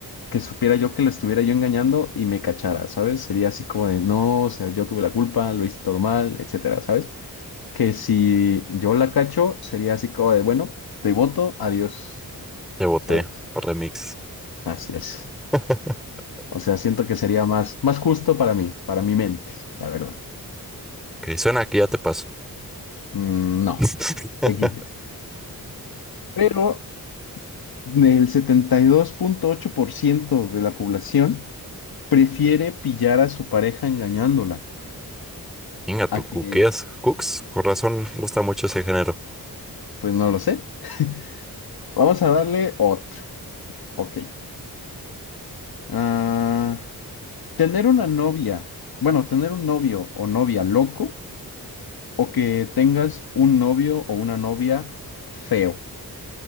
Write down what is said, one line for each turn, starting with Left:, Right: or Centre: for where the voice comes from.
Left: que supiera yo que lo estuviera yo engañando y me cachara, ¿sabes? Sería así como de, no, o sea, yo tuve la culpa, lo hice todo mal, etcétera, ¿sabes? Que si yo la cacho, sería así como de, bueno, te voto, adiós,
Centre: <laughs> Te boté,
Left: ¿sabes?
Centre: remix.
Left: Así es.
Centre: <laughs>
Left: O sea, siento que sería más, más justo para mí, para mi mente, la verdad.
Centre: Que suena que ya te paso.
Left: Mm, No.
Centre: <laughs>
Left: XD. Pero del setenta y dos punto ocho por ciento de la población prefiere pillar a su pareja engañándola
Centre: Ingato,
Left: a
Centre: cuqueas,
Left: que,
Centre: cooks. Con razón, gusta mucho ese género.
Left: pues no lo sé. <laughs> Vamos a darle otro. Ok. Ah, tener una novia, bueno, tener un novio o novia loco o que tengas un novio o una novia feo.